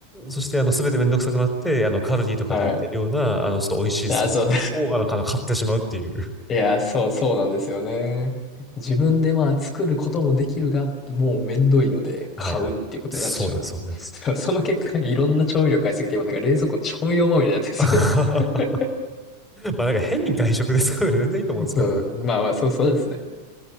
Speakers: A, in the centre; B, on the left (about 25°).
A: そして、あの、全てめんどくさくなって、あの、カルディとかで売ってるような、
B: はい。
A: あの、ちょっと美味しいソースを、
B: いや、そう、
A: あの、かの買ってしまうっていう。
B: いや、そう、そうなんですよね。自分でまあ作ることもできるが、もうめんどいので買うっていうことになってしまう。
A: はいはい。そうです、そうです。
B: <laughs> その結果、いろんな調味料買いすぎて、今なんか冷蔵庫調味料まみれになってるんですよ
A: <laughs> まあなんか変に外食ですから全然いいと思うんですけどね。
B: <laughs> そう、まあまあ、そうそうですね。